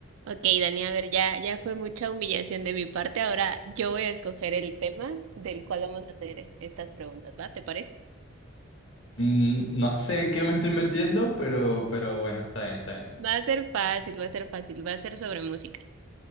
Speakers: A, on the right; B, on the left.
A: Ok, Dani, a ver, ya, ya fue mucha humillación de mi parte. Ahora yo voy a escoger el tema del cual vamos a hacer estas preguntas, ¿va? ¿Te parece?
B: Mm, no sé en qué me estoy metiendo, pero, pero bueno, está bien, está bien.
A: Va a ser fácil, va a ser fácil, va a ser sobre música.